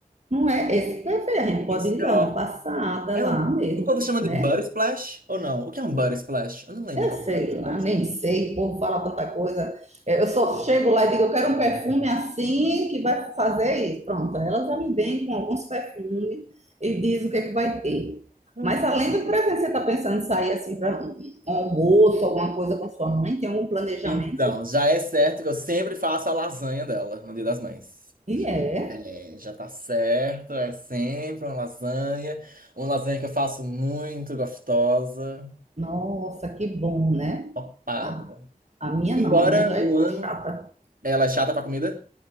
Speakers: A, on the right; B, on the right.
A: Não é esse perfume, a gente pode
B: Isso
A: ir
B: é
A: dar
B: ótimo.
A: uma passada
B: É
A: lá
B: um.
A: mesmo,
B: O povo chama
A: né?
B: de butter splash ou não? O que é um butter splash? Eu não lembro
A: Eu
B: o que
A: sei
B: é um butter splash.
A: lá, nem sei, o povo fala tanta coisa. Eu só chego lá e digo, eu quero um perfume assim que vai fazer isso. Pronto, elas já me vêm com alguns perfumes e diz o que é que vai ter.
B: Hum.
A: Mas além do presente, você está pensando em sair assim para um um almoço, alguma coisa com sua mãe? Tem algum planejamento?
B: Então, já é certo que eu sempre faço a lasanha dela no Dia das Mães.
A: E
B: Já,
A: é.
B: é, já tá certo, é sempre uma lasanha. Uma lasanha que eu faço muito gostosa.
A: Nossa, que bom, né?
B: Topada.
A: A, a minha
B: Embora
A: não, a minha já
B: um
A: é
B: ano
A: chata.
B: ela é chata pra comida.